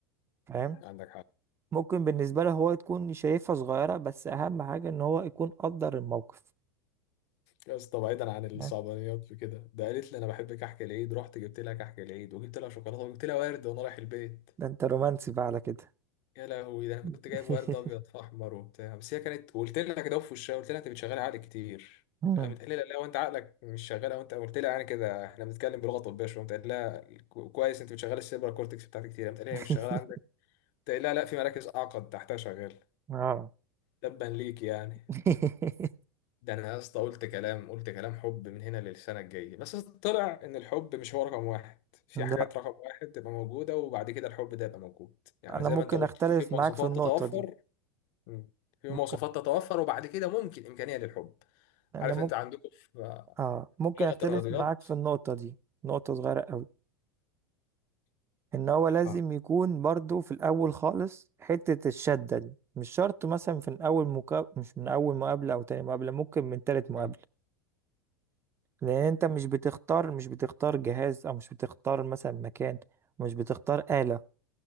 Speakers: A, on the right; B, on the left.
A: فاهم
B: عندك حق
A: ممكن بالنسبة له هو تكون شايفها صغيرة بس أهم حاجة إن هو يكون قدر الموقف
B: يا اسطى بعيدا عن الصعبانيات
A: آه،
B: في كده ده قالت لي انا بحب كحك العيد رحت جبت لها كحك العيد وجبت لها شوكولاته وجبت لها ورد وانا رايح البيت
A: ده أنت رومانسي بقى على كده
B: يا لهوي ده انا
A: <laughs>
B: كنت جايب ورد ابيض في احمر وبتاع بس هي كانت قلت لها كده في وشها قلت لها انت بتشغلي عقلك كتير
A: مم.
B: قامت قايله لي لا وانت عقلك مش شغال وانت قلت لها يعني كده احنا بنتكلم بلغه طبيه شويه قلت لها كو- كويس انت بتشغلي السيبرا كورتكس بتاعتك كتير قامت قايله
A: <laughs>
B: لي هي مش شغاله عندك قلت لها لا في مراكز اعقد تحتها شغاله
A: اه
B: تبا ليك يعني
A: <laughs>
B: ده انا يا اسطى قلت كلام قلت كلام حب من هنا للسنه الجايه بس طلع ان الحب مش هو رقم واحد في
A: لا
B: حاجات رقم واحد تبقى موجوده وبعد كده الحب ده يبقى موجود يعني
A: أنا
B: زي
A: ممكن
B: ما انت قلت
A: أختلف
B: في
A: معاك
B: مواصفات
A: في النقطة
B: تتوفر
A: دي
B: مم. في
A: ممكن
B: مواصفات تتوفر وبعد كده ممكن امكانيه للحب
A: أنا
B: عارف
A: ممكن
B: انت عندكم في
A: آه ممكن
B: لغه
A: أختلف
B: الرياضيات
A: معاك في النقطة دي نقطة صغيرة أوي ان هو لازم
B: آه.
A: يكون برضو في الاول خالص حتة الشدة دي مش شرط مثلا في اول مكا... مش من اول مقابلة او تاني مقابلة ممكن من تالت مقابلة
B: مم.
A: لان انت مش بتختار مش بتختار جهاز او مش بتختار مثلا مكان مش بتختار آلة